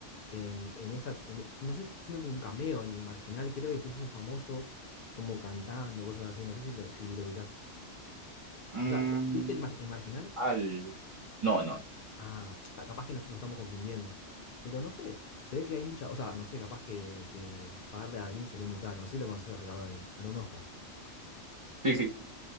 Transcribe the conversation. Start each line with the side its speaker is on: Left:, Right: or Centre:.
Left: en, en esa, en- no sé, tiene como un cameo en El Marginal, creo, y después se hizo famoso como cantando, cosas así, no sé si lo, si lo ubicás.
Right: Mm,
Left: O sea, so- ¿viste el, Mar- El Marginal?
Right: al... No, no,
Left: Ah, ta- capaz que nos, nos estamos confundiendo. Pero no sé, se ve que hay mucha, o sea, no sé, capaz que, que pagar de Darín salió muy caro. No sé si lo conoces a Ricardo Darín. Ganó un Oscar.
Right: sí, sí, sí